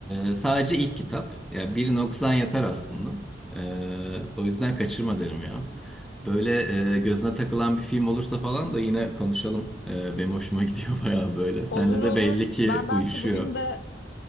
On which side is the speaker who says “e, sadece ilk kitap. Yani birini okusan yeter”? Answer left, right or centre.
Centre